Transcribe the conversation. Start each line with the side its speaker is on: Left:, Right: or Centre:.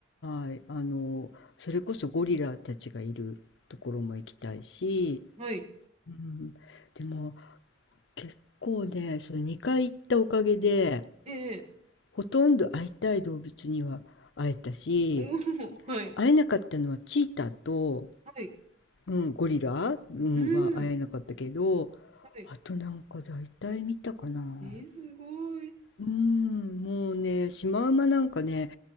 Left: はい、あの、それこそゴリラたちがいるところも行きたいし、
Right: はい。
Left: うん、でも結構ね、その2回行ったおかげで、
Right: ええ
Left: ほとんど会いたい動物には会えたし、
Right: おおー、はい。
Left: 会えなかったのはチーターと、
Right: はい。
Left: うん、ゴリラ、うん、
Right: うん。
Left: は会えなかったけど、
Right: はい。
Left: あとなんか大体見たかな。
Right: えー、すごい。
Left: うん、もうね、シマウマなんかね、